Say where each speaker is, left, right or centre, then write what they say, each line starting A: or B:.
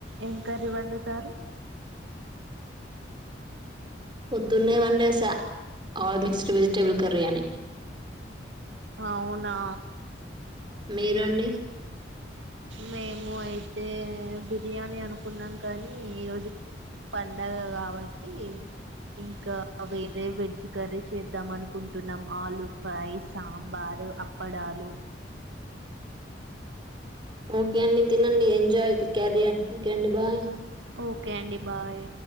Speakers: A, on the right; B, on the right.
A: ఏం కర్రీ వండుతారు
B: పొద్దున్నే one days all mixed vegetable curry అని
A: అవునా
B: మీరండి
A: మేము అయితే బిర్యానీ అనుకున్నాం కానీ ఈరోజు పండగ కాబట్టి ఇంకా వేరే వెజ్ కర్రీ చేద్దాం అనుకుంటున్నాం ఆలుూ ఫ్రై సాంబారు అప్పడాలు
B: ఓకే అండి తినండి ఎంజాయ్ క్యారియన్ ఓకే అండి బాయ్
A: ఓకే అండి బాయ్